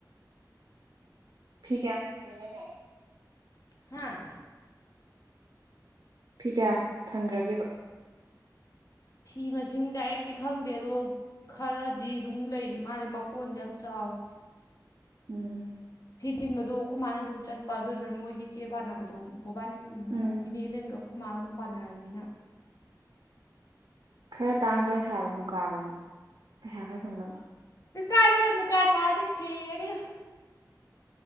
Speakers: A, on the right (about 70°); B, on the left (about 55°).
A: ꯐꯤ ꯀꯌꯥ ꯐꯪꯒꯔꯒꯦ ꯅꯪ
B: ꯍꯥꯥ
A: ꯐꯤ ꯀꯌꯥ ꯐꯪꯈ꯭ꯔꯒꯦꯕ
B: ꯐꯤ ꯃꯁꯤꯡ ꯗꯥꯏꯔꯦꯛꯇꯤ ꯈꯪꯗꯦ ꯑꯗꯣ ꯈꯔꯗꯤ ꯑꯗꯨꯝ ꯂꯩꯔꯤ ꯃꯥꯜꯂꯤꯦ ꯃꯀꯣꯟꯁꯦ ꯌꯥꯝ ꯆꯥꯎꯋꯦ
A: ꯎꯝ
B: ꯐꯤ ꯊꯤꯟꯕꯗꯣ ꯑꯩꯈꯣꯏ ꯃꯥꯅ ꯑꯗꯨꯝ ꯆꯠꯄ ꯑꯗꯨꯗꯨꯅ ꯃꯣꯏꯒꯤ ꯆꯦ ꯄꯥꯟꯅꯕꯗꯣ ꯃꯣꯕꯥꯏꯜ
A: ꯎꯝ
B: ꯏꯅꯦ ꯍꯂꯦꯟꯒ ꯈꯨꯃꯥꯡ ꯑꯗꯨꯝ ꯄꯥꯟꯅꯔꯕꯅꯤꯅ
A: ꯈꯔ ꯇꯥꯡꯕ ꯑꯣꯏꯅ ꯁꯥꯔꯕ ꯃꯨꯀꯥꯒꯨꯝꯕ ꯄꯩꯁꯥ ꯈꯔ ꯐꯪꯅꯕ
B: ꯀꯥꯏꯔꯣꯏ ꯃꯨꯀꯥ ꯁꯥꯔꯗꯤ ꯁꯔꯦꯅꯤꯅ